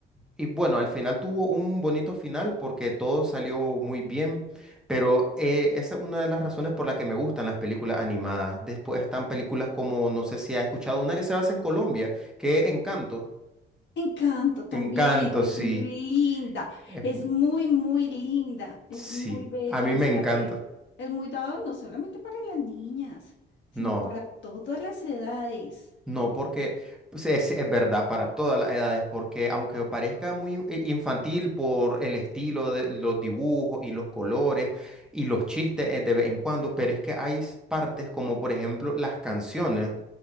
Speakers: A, in the centre; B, on the left.
A: Y bueno, al final tuvo un bonito final porque todo salió muy bien, pero eh, esa es una de las razones por la que me gustan las películas animadas. Después están películas como, no sé si has escuchado, una que se basa en Colombia, que es Encanto.
B: Encanto también,
A: Encanto,
B: es
A: sí.
B: muy linda,
A: Es
B: es
A: muy-
B: muy, muy linda, es
A: Sí,
B: muy bella,
A: a mí me
B: o sea,
A: encanta.
B: se- es muy dado no solamente para las niñas, sino
A: No.
B: para todas las edades.
A: No, porque pues, es, es verdad para todas las edades, porque aunque parezca muy in- infantil por el estilo de los dibujos y los colores y los chistes eh, de vez en cuando, pero es que hay s- partes como por ejemplo las canciones,